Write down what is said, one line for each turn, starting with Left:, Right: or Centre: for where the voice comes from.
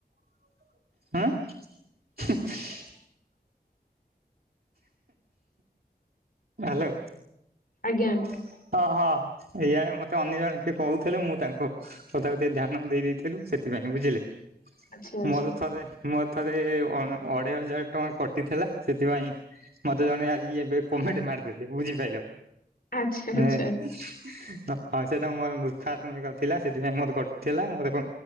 Right: ଆଁ <inaudible> ହାଲୋ
Left: ଆଜ୍ଞା
Right: ହଁ ହଁ। ଇଆଡ଼େ ମତେ ଅନ୍ୟ ଜଣେ କିଏ କହୁଥିଲେ ମୁଁ ତାଙ୍କୁ କଥାକୁ ତିଏ ଧ୍ୟାନ ଦେଇ ଦେଇଥିଲୁ ସେଥିପାଇଁ, ବୁଝିଲେ?
Left: ଆଚ୍ଛା ଆଚ୍ଛା।
Right: ମୋର ଥରେ ମୋର ଥରେ ଅ ଅଢ଼େଇ ହଜାର ଟଙ୍କା କଟିଥିଲା ସେଥିପାଇଁ ମତେ ଜଣେ ଆଜି ଏବେ କମେଟ ମାରଦେଲେ ବୁଝି ପାଇଲ?
Left: ଆଚ୍ଛା ଆଚ୍ଛା
Right: ଏଁ ହ ହ ସେଟା ମୋର ମୂର୍ଖାତ୍ମକ ଥିଲା ସେଥିପାଇଁ ମୋର କଟିଥିଲା ମୋର କ